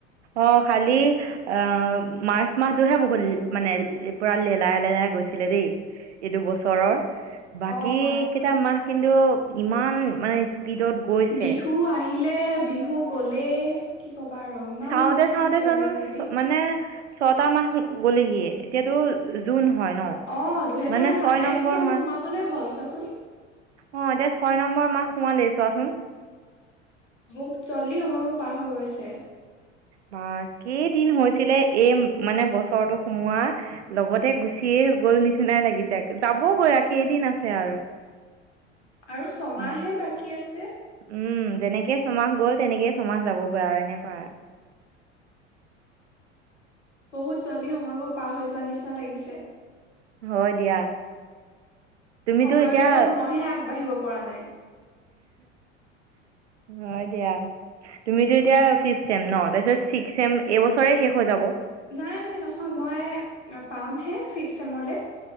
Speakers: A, on the right (about 70°); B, on the left (about 75°).
A: অ', খালি অ', মাৰ্চ মাহটোহে বহুত-মানে পুৰা লেলাই, লেলাই গৈছিলে দেই এইটো বছৰৰ বাকী
B: অ মাৰ্চ
A: কেইটা মাহ কিন্তু ইমান মানে স্পীডত গৈছে
B: বিহু আহিলে, বিহু গ'লে এক ক'বা আৰু ইমান
A: চাওঁতে
B: মানে
A: চাওঁতে
B: জল্দি
A: চোৱাচোন
B: জল্দি।
A: মানে ছটা মাহ গ'লে হিয়ে এতিয়াতো জুন হয় ন
B: অ', দুহেজাৰ
A: মানে ছয়
B: সাতাইশ
A: নম্বৰ
B: চন
A: মাহ
B: সোমাবলৈ হ'ল চোৱাচোন।
A: অ', এতিয়া ছয় নম্বৰ মাহ সোমালেই চোৱাচোন।
B: বহুত জল্দি সময়বোৰ পাৰ হৈ গৈছে
A: বা কেইদিন হৈছিলে এই মানে বছৰটো সোমোৱাৰ লগতে গুচিয়ে গল নিচিনাই লাগিছে যাবগৈ আৰু কেইদিন আছে আৰু
B: আৰু ছমাহে
A: মাত
B: বাকী আছে
A: উম যেনেকেই ছমাহ গ'ল তেনেকেই ছমাহ যাবগৈ আৰু এনেকুৱা
B: বহুত জল্দি সময়বোৰ পাৰ হৈ যোৱা নিচিনা লাগিছে
A: হয় দিয়া তুমিতো
B: সময়ৰ
A: এতিয়া
B: লগত মই হে আগবাঢ়িব পৰা নাই
A: অ এ দিয়া তুমিতো এতিয়া ফিফ চম ন তাৰপিছত ছিক্স চম এইবছৰে শেষ হৈ যাব
B: নাই নাই নহয় মই পামহে ফি চেমৰলে